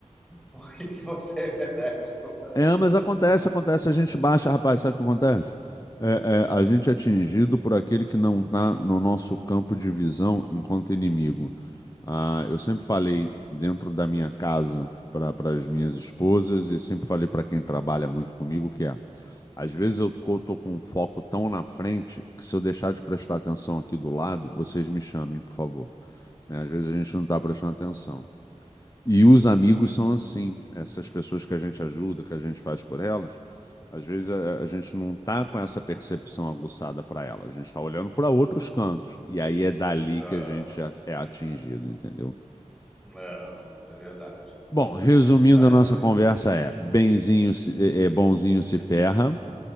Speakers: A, in the centre; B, on the left (about 30°).
A: Por que que você é, né? <laughs> Tipo,
B: É, mas acontece, acontece, a gente baixa, rapaz, sabe o que acontece? É, é, a gente é atingido por aquele que não está no nosso campo de visão enquanto inimigo. Ah, eu sempre falei dentro da minha casa para as minhas esposas e sempre falei para quem trabalha muito comigo que é Às vezes eu tô com um foco tão na frente que se eu deixar de prestar atenção aqui do lado, vocês me chamem, por favor. Né? Às vezes a gente não tá prestando atenção. E os amigos são assim, essas pessoas que a gente ajuda, que a gente faz por elas, às vezes a, a gente não tá com essa percepção aguçada para ela, a gente tá olhando para outros cantos. E aí é dali
A: não,
B: que a gente é é atingido, entendeu?
A: não, é verdade.
B: Bom, resumindo
A: Ai,
B: a nossa
A: amigo.
B: conversa é, benzinho é, é bonzinho se ferra.